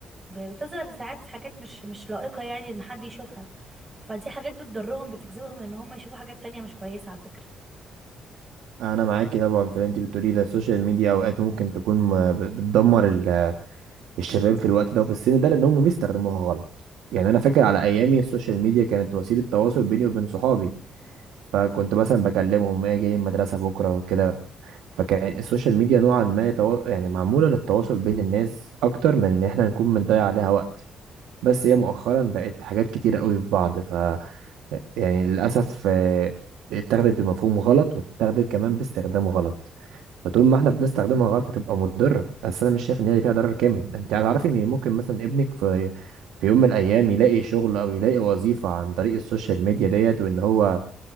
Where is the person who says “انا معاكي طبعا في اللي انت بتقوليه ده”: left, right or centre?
Right